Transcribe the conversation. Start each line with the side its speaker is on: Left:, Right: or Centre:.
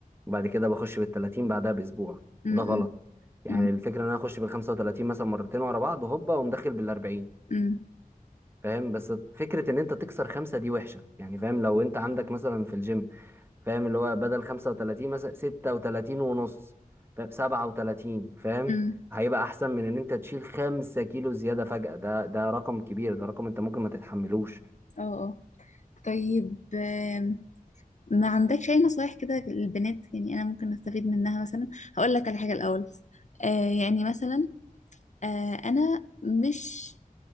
Right: وبعد كده بخش بالتلاتين بعدها بأسبوع
Left: امم
Right: ده غلط يعني
Left: امم
Right: الفكرة ان انا اخش بالخمسة وتلاتين مثلا مرتين ورا بعض وهوبا ومدخل بالأربعين
Left: امم
Right: فاهم بس فكرة ان انت تكسر خمسة دي وحشة يعني فاهم لو انت عندك مثلا في الجيم فاهم اللي هو بدل 35 مثلا 36 ونص فاهم 37 فاهم
Left: امم
Right: هيبقى احسن من ان انت تشيل 5 كيلو زيادة فجأة ده ده رقم كبير ده رقم انت ممكن ما تتحملوش
Left: اه اه طيب آم، ما عندكش اي نصايح كده للبنات يعني انا ممكن استفيد منها مثلا هقول لك على حاجة الاول آه يعني مثلا آه انا مش